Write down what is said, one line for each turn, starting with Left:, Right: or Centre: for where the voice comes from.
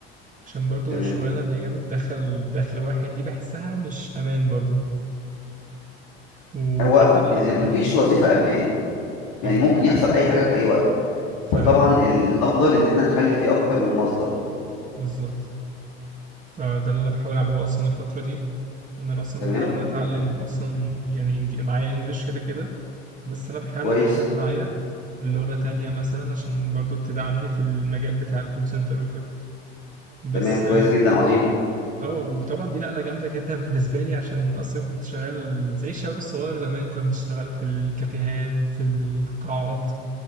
Right: عشان برضو
Left: تمام
Right: الشغلانه اللي هي بتدخل دخل واحد دي بحسها مش امان برضو وغير
Left: هو
Right: كده
Left: يعني
Right: اصلا
Left: ما
Right: امم
Left: فيش وظيفه امان يعني
Right: اه
Left: ممكن يحصل اي حاجه في اي وقت
Right: فعلا
Left: فطبعا الافضل ان احنا نخلي فيه اكتر من مصدر
Right: بالظبط فده اللي انا بحاول اعمله اصلا الفتره دي ان انا اصلا
Left: تمام
Right: بحاول ان أنا اتعلم اصلا يعني إنج- معايا انجليش كده كده بس انا بحاول
Left: كويس
Right: إن أنا ادخل معايا لغه تانية مثلا عشان برضو تدعمني في المجال بتاع الكول سنتر وكده بس
Left: تمام كويس جدا عظيم
Right: اه وطبعا دي نقله جامده جدا <laughs> بالنسبه لي عشان اصلا كنت شغال زي الشباب الصغير زمان كنا بنشتغل في الكافيهات في القاعات